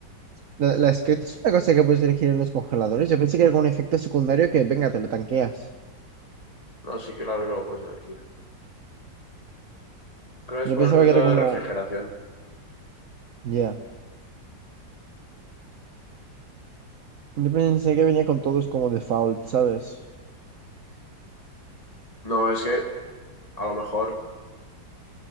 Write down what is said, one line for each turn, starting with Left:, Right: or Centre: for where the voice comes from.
Right: La, la escarcha es una cosa que puedes elegir en los congeladores. Yo pensé que era como un efecto secundario que, venga, te lo tanqueas.
Left: No, sí, claro que lo puedes elegir. Creo que es
Right: Yo
Left: por
Right: pensaba
Left: el método
Right: que era como...
Left: de refrigeración.
Right: Ya. Yo pensé que venía con todos como default, ¿sabes?
Left: No, es que a lo mejor